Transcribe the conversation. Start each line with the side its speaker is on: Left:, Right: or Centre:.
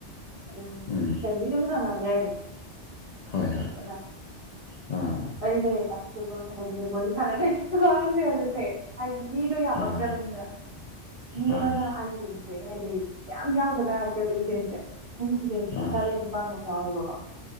Right: ꯑꯗꯨꯝ
Left: ꯎꯝ
Right: ꯐꯦꯃꯤꯂꯤꯅꯕꯨ ꯁꯥꯟꯅ ꯌꯥꯏꯅ
Left: ꯍꯣꯏ ꯍꯣꯏ
Right: <unintelligible>
Left: ꯑꯥ
Right: ꯑꯩꯁꯦꯁ ꯀ ꯊꯦ ꯊꯅ ꯅ ꯑꯩꯁꯦ ꯍꯧꯖꯤꯛꯁꯦ ꯍꯥꯏꯗꯤ ꯃꯤꯗꯣ ꯌꯥꯝꯃꯛꯇ꯭ꯔꯕꯅꯤꯅ
Left: ꯑꯥ
Right: ꯃꯤ
Left: ꯑꯥ
Right: ꯑꯃꯅ ꯍꯥꯏꯇꯦꯟ ꯍꯥꯏꯗꯤ ꯃꯌꯥꯝ ꯌꯥꯎꯗꯕ ꯌꯥꯔꯛꯇꯦꯕ ꯏꯚꯦꯟꯇꯁꯦ
Left: ꯑꯥ
Right: ꯃꯤꯠꯇꯥꯡꯕꯃꯥ ꯌꯥꯎꯋꯦꯕꯀꯣ